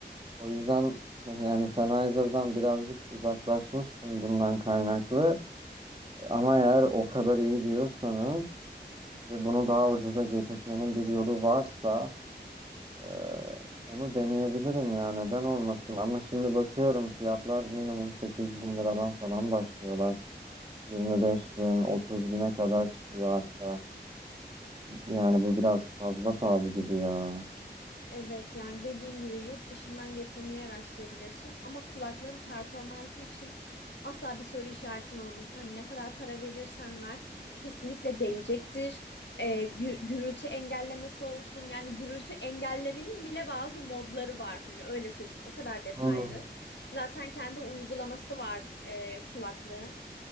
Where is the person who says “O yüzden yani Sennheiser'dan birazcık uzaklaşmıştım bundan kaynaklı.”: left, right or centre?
Right